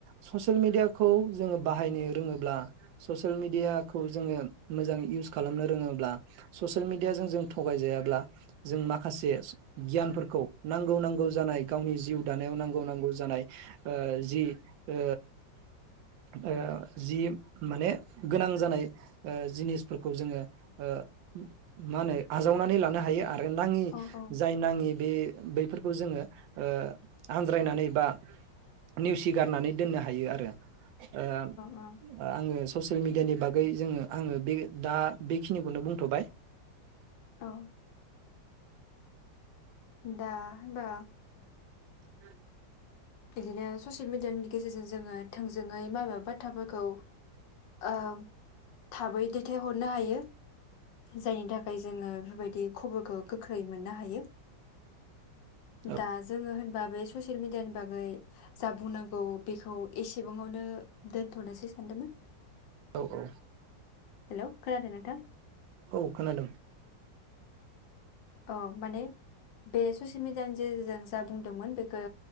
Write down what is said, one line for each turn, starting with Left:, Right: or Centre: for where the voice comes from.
Right: ससियेल मिडियाखौ जोङो बाहायनो रोङोब्ला ससियेल मिडियाखौ जोङो मोजां इउस खालामनो रोङोब्ला ससियेल मिडियाजों जों थगायजायाब्ला जों माखासे गियानफोरखौ नांगौ नांगौ जानाय गावनि जिउ दानायाव नांगौ नांगौ जानाय ओ जि ओ ओ जि माने गोनां जानाय ओ जिनिसफोरखौ जोङो ओ मा होनो आजावनानै लानो हायो आ रो नाङि
Left: औ औ
Right: जाय नाङि बे बैफोरखौ जोङो ओ आनज्रायनानै बा नेवसिगारनानै दोननो हायो आरो। ओम
Left: औ
Right: ओ आङो ससियेल मिडियानि बागै जोङो आङो बे दा बेखिनिखौनो बुंथ'बाय।
Left: औ। दा बा
Right: <inaudible>
Left: बिदिनो ससियेल मेडियानि गेजेरजों जों जोङो थोंजोङै माबा बाथ्राफोरखौ ओ थाबै दैथायहरनो हायो। जायनि थाखाय जोङो बेफोरबायदि खबरखौ गोख्रै मोननो हायो
Right: औ
Left: दा जोङो होनबा बे ससियेल मिडियानि बागै जा बुंनांगौ औ बेखौ एसेबाङावनो दोनथ'नोसै सानदोंमोन
Right: औ औ
Left: हेल' खोनादों नोंथां
Right: औ खोनादों
Left: औ माने बे ससियेल मिडियानि गेजेरजों जा बुंदोंमोन बेखौ